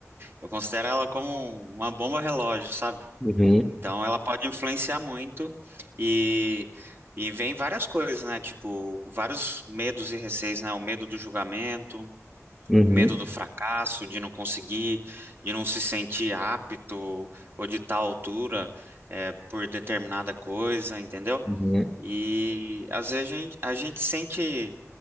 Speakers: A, on the right; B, in the centre.
A: eu considero ela como uma bomba relógio, sabe?
B: Uhum,
A: Então ela pode influenciar muito e e vem várias coisas, né? Tipo, vários medos e receios, né? O medo do julgamento,
B: uhum,
A: Medo do fracasso, de não conseguir, de não se sentir apto ou de tal altura é, por determinada coisa, entendeu?
B: uhum,
A: E às vezes a gente, a gente sente